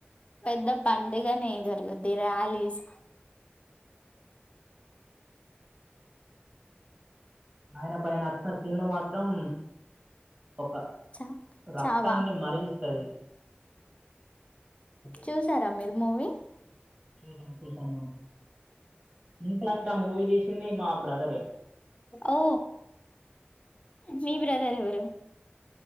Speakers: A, on the left (about 30°); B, on the right (about 30°).
A: పెద్ద పండుగనే జరుగుద్ది ర్యాలీస్
B: ఆయన పైన అచ్చిన సినిమా మాత్రం ఒక
A: చా
B: రక్తాన్ని
A: చావా
B: మరిగిస్ కై
A: చూసారా మీరు మూవీ
B: చూసాం చూసాం మ్యామ్ ఇన్ఫాక్ట్ ఆ మూవీ తీసింది మా బ్రదరే
A: ఓ మీ బ్రదర్ ఎవరు